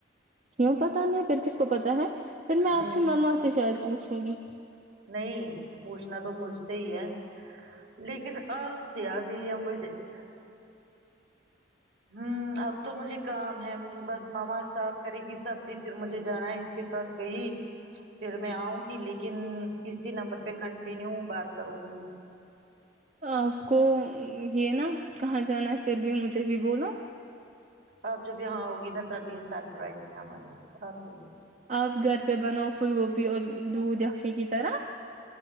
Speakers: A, on the right; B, on the right.
A: کیوں پتا نہیں پھر کس کو پتا ہے <inaudible> پھر میںپ
B: ہم،
A: ماما سے شاید <inaudible> وہ سوڑی <inaudible>
B: نہیں پوچھنا تو مجھ سے ہی ہے لیکن آل سے آ گئی ہے مجھے <inaudible> ہ اب تو مجھے کام ہے بس ماما صاف کرے گی سبزی پھر مجھے جانا ہے اس کے ساتھ کہئی پھر میں آؤں گی لیکن اسی نمبر <inaudible> کنٹینیو بات کر <inaudible> کروں گی <inaudible>
A: آپ کو یہ نا کہاں جانا ہے پھر بھی مجھے بھی بولو
B: اپ جب یہاں ہوگی نا تب یہ سرپرائز ہے ہمارے لیے آپ کے لیے
A: آپ گھر پہ بنو پھول گوبھی اور دودھ خنی کی طرح